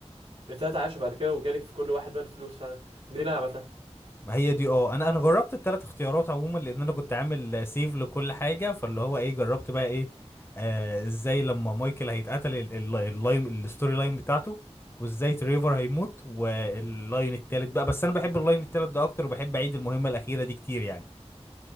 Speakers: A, on the right; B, on the left.
A: التلاته عاشوا بعد كده وجالي في كل واحد بقى الفلوس فعلا دي اللي انا عملتها
B: ما هي دي اه انا انا جربت الثلاث اختيارات عموما لان انا كنت عامل سيف لكل حاجه فاللي هو ايه جربت بقى ايه آه ازاي لما مايكل هيتقتل ال- ال- اللاين الستوري لاين بتاعته وازاي تريفر هيموت واللاين التالت بقى بس انا بحب اللاين التالت ده اكتر وبحب اعيد المهمه الاخيره دي كتير يعني